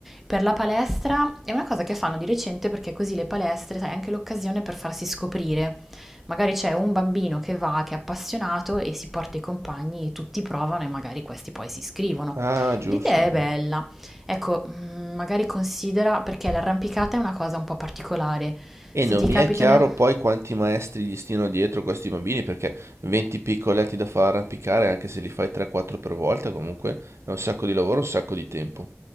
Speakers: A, in the centre; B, on the right.
A: per la palestra. È una cosa che fanno di recente perché così le palestre, sai, è anche l'occasione per farsi scoprire. Magari c'è un bambino che va, che è appassionato e si porta i compagni e tutti provano e magari questi poi si iscrivono.
B: Ah, giusto,
A: L'idea è
B: giusto.
A: bella. Ecco, mh, magari considera, perché l'arrampicata è una cosa un po' particolare.
B: E
A: Se
B: non
A: ti
B: mi
A: capitano
B: è chiaro poi quanti maestri gli stiano dietro questi bambini, perché 20 piccoletti da far arrampicare, anche se li fai 3-4 per volta, comunque è un sacco di lavoro, un sacco di tempo.